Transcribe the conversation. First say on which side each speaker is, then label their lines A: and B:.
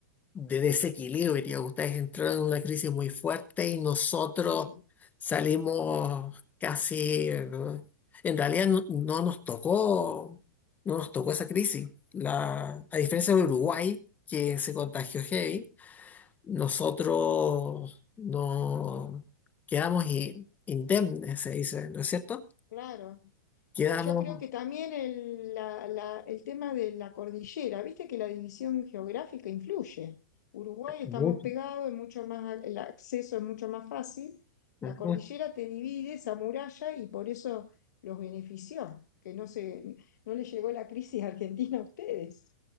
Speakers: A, on the left (about 15°); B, on the left (about 70°).
A: de desequilibrio. Ustedes entraron en una crisis muy fuerte y nosotros
B: sí,
A: salimos casi, ¿no? en realidad no, no nos tocó, no nos tocó esa crisis. La, a diferencia de Uruguay, que se contagió heavy, nosotros no quedamos i- indemnes, se dice, ¿no es cierto?
B: claro.
A: Quedamos
B: Yo creo que también el, la- la- el tema de la cordillera, viste que la división geográfica influye. Uruguay estamos
A: mucho.
B: pegados, es mucho más, el acceso es mucho más fácil. La
A: Ujú.
B: cordillera te divide esa muralla y por eso los benefició, que no se, no les llegó la crisis argentina a ustedes.